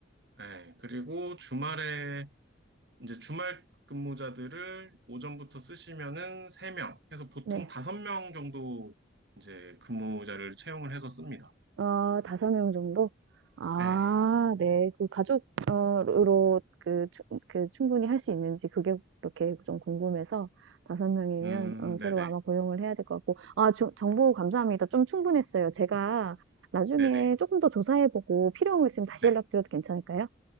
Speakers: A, on the right; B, on the right.
A: 예, 그리고 주말에 이제 주말 근무자들을 오전부터 쓰시면은 세 명, 해서 보통
B: 네.
A: 다섯 명 정도 이제 근무자를 채용을 해서 씁니다.
B: 어, 5명 정도? 아,
A: 예,
B: 네. 그 가족, 어, 으로 그, 추- 그 충분히 할 수 있는지 그게 그렇게 좀 궁금해서 5명이면
A: 음,
B: 새로
A: 네네,
B: 아마 고용을 해야 될 것 같고. 아, 주- 정보 감사합니다.
A: 네,
B: 좀 충분했어요. 제가 나중에
A: 네네,
B: 조금 더 조사해보고 필요한 거 있으면 다시
A: 네,
B: 연락드려도 괜찮을까요?